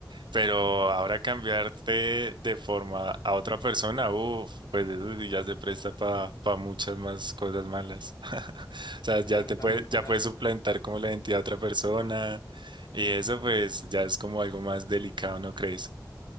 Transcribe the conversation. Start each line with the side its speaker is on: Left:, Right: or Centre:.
Right: Pero ahora cambiarte de forma a otra persona, uff, pues eso sí ya se presta para muchas más cosas malas. <laughs> O sea, ya
Left: Pero
Right: te
Left: también
Right: puede,
Left: para,
Right: ya puedes
Left: s-
Right: suplantar como la identidad de otra persona y eso pues ya es como algo más delicado, ¿no crees?